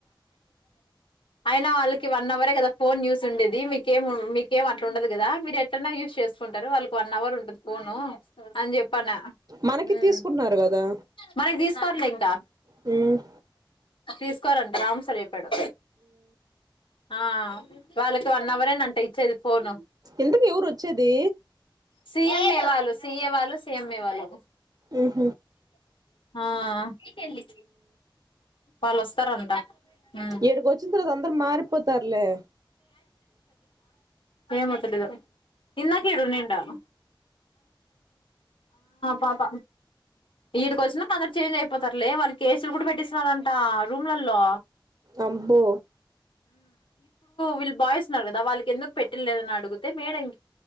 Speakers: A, on the left (about 80°); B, on the right (about 50°).
A: అయినా వాళ్ళకి వన్ అవరే కదా ఫోన్ యూస్ ఉండేది మీకేం మీకేం అట్లా ఉండదు కదా మీరు ఎట్టాన్న యూస్ చేసుకుంటారు వాళ్ళకు వన్ అవర్ ఉంటది ఫోను అని చెప్పాన్న
B: మనకి
A: హుమ్మ్
B: తీసుకుంటున్నారు కదా
A: మనది తీసుకోర్లే ఇంకా
B: హుమ్మ్
A: తీసుకోవారంట రామ్ సార్ చెప్పాడు ఆ వాళ్ళకి వన్ అవర్ ఏ అంట ఇచ్చేది ఫోను
B: ఇంతకు ఎవరు వచ్చేది
A: సీఎంఏ వాళ్ళు సీఏ వాళ్ళు సీఎంఏ వాళ్ళు
B: ఆహ
A: ఆ <unintelligible> ఇతే ల్ ఇచ్చి వాళ్ళు వస్తారంట ఉమ్
B: ఎడికి వచ్చిన తర్వాత అ మారిపోతారులే
A: ఏమో తెలీదు ఇందక ఈడ ఉండి ఉండే పాప ఈడికి వచ్చినాక అందరు చేంజ్ అయిపోతారులే వాళ్ళు కేసులు కూడా పెట్టిస్తున్నారంట రూమ్లలో
B: అబ్బో
A: విల్ బాయ్స్ న్నారు కదా వాళ్ళకి ఎందుకు పెట్టిలేదని అడుగుతే మేడం